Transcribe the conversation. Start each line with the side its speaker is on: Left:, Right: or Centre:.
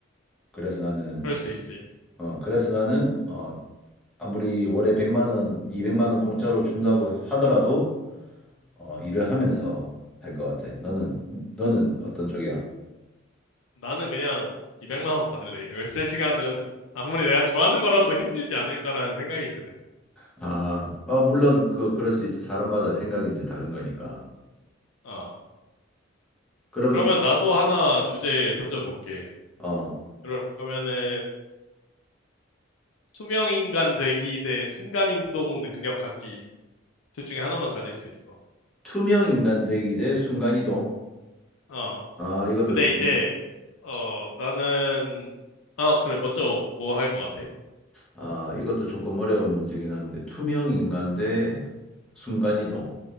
Centre: 그래서 나는,
Left: 그럴 수 있지.
Centre: 어, 그래서 나는, 어, 아무리 월에 100만 원, 200만 원 공짜로 준다고 하더라도 어, 일을 하면서 할 것 같아. 너는 너는 어떤 쪽이야?
Left: 나는 그냥 200만 원 받을래. 13시간은 아무리 내가 좋아하는 거라도 힘들지 않을까라는 생각이 드네.
Centre: 아, 어, 물론 그 그럴 수 있지. 사람마다 생각이 이제 다른 거니까.
Left: 어.
Centre: 그러면
Left: 그러면 나도 하나 주제 던져볼게.
Centre: 어,
Left: 그러면은 투명인간 되기 대 순간이동 능력 갖기. 둘 중에 하나만 가질 수 있어.
Centre: 투명 인간 되기 대 순간이동.
Left: 어.
Centre: 아, 이것도
Left: 근데
Centre: 조금
Left: 이제, 어, 나는, 아, 그래. 먼저 뭐 할 것 같아?
Centre: 아, 이것도 조금 어려운 문제긴 한데 투명 인간 대 순간이동.